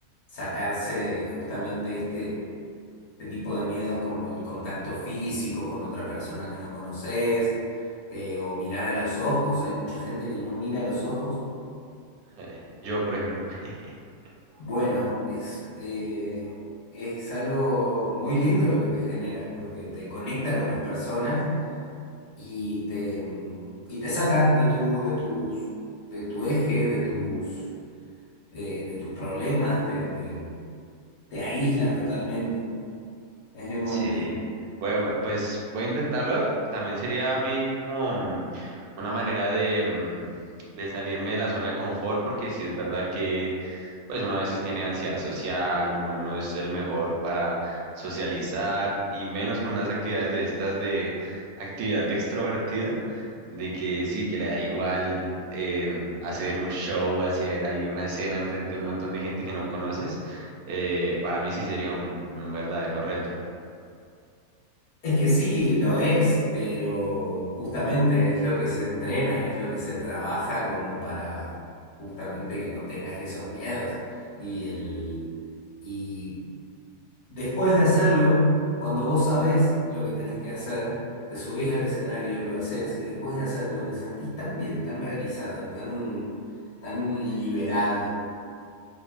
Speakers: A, on the left; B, on the right.
A: sacarse justamente este, este tipo de miedos como el contacto físico con otra persona que no conoces eh, o mirar a los ojos. Hay mucha gente que no mira a los ojos
B: Eh, Yo, por ejemplo. <laughs>
A: bueno, es, eh, es algo muy lindo lo que te genera, porque te conecta con las personas y te, mm, y te saca de tu, de tus, de tu eje, de tus, eh, de tus problemas, te, te, te aísla totalmente. Es bien bonito.
B: Sí, Bueno, bueno, pues voy a intentarlo. También sería a mí como mm, una manera de, mm, de salirme de la zona de confort, porque sí es verdad que pues uno a veces tiene ansiedad social, uno no es el mejor para socializar y menos con unas actividades de estas de actividad de extrovertido, de que sí, que le da igual eh, hacer un show, hacer ahí una escena enfrente de un montón de gente que no conoces. eh, para mí sí sería un un verdadero reto.
A: Es que sí, lo es, pero justamente es lo que se entrena, es lo que se trabaja como para justamente que no tengas esos miedos. Y el. Y Después de hacerlo, cuando vos sabés lo que tenés que hacer, te subís al escenario, lo haces y después de hacerlo te sentís tan bien, tan realizado, tan, tan liberado.